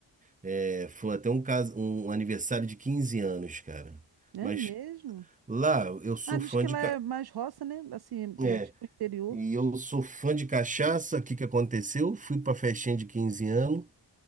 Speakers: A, on the right; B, on the right.
A: É, foi até um caso, um aniversário de 15 anos, cara.
B: É
A: Mas
B: mesmo?
A: Lá eu sou
B: Ah, diz
A: fã
B: que
A: de.
B: lá é mais roça, né? Assim, é
A: É,
B: é tipo interior.
A: e eu sou fã de cachaça. O que que aconteceu? Fui pra festinha de 15 anos,